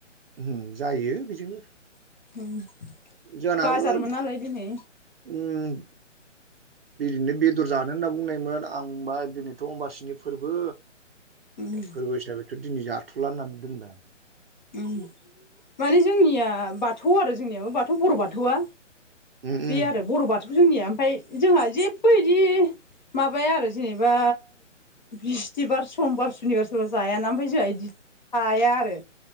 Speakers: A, on the right; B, on the left.
A: उम जायो बेजोंबो
B: <inaudible>
A: जानाबो
B: बाजारमोन नालाय दिनै
A: उम बिदिनो बेदर जानो होनना बुंनायमोन आं होनबा दिनैथ' अमबासिनि फोरबो
B: उम
A: फोरबो हिसाबैथ' दिनै जाथ'ला होननानै दोनबाय आं
B: उम माने जोंनिया बाथौ आरो जोंनियाबो बाथौ बर' बाथौआ
A: उम
B: बे
A: उम
B: आरो बर' बाथौखौ जोंनिया ओमफाय जोंहा जेबो इदि माबाया आरो जेनेबा बिस्थिबार समबार सुनिबार सोरबा जायाना ओमफ्राय जोंहा इदि हाया आरो